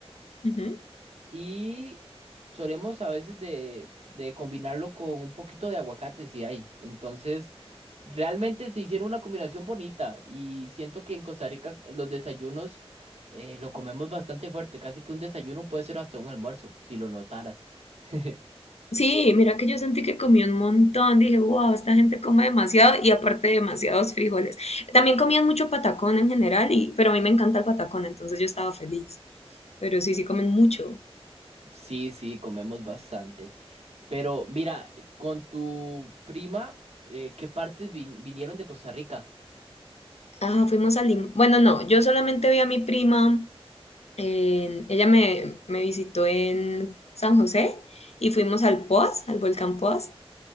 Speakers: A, on the left (about 80°); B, on the right (about 80°).
A: Ujú.
B: Y solemos a veces de, de combinarlo con un poquito de aguacate si hay. Entonces, realmente se hicieron una combinación bonita y siento que en Costa Rica los desayunos eh, lo comemos bastante fuerte. Casi que un desayuno puede ser hasta un almuerzo, si lo notaras. <laughs>
A: Sí, mira que yo sentí que comí un montón, dije, wow, esta gente come demasiado y aparte demasiados frijoles. También comían mucho patacón en general, y, pero a mí me encanta el patacón, entonces yo estaba feliz. Pero sí, sí comen mucho.
B: Sí, sí, comemos bastante. Pero mira, con tu prima, eh, ¿qué partes vin- vinieron de Costa Rica?
A: Ah, fuimos a Lim... Bueno, no, yo solamente vi a mi prima, en- ella me, me visitó en San José y fuimos al Poas, al volcán Poas.